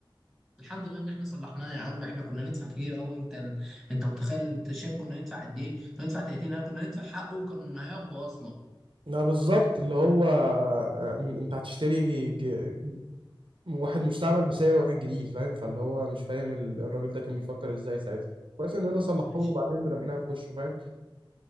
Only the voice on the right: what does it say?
لا بالظبط اللي هو آه، ان- انت هتشتري جي- جي- واحد مستعمل بسعر واحد جديد فاهم فاللي هو مش فاهم ال- الراجل ده كان بيفكر ازاي ساعتها كويس ان انا صلحته
له وبعدين رميناها في وشه فاهم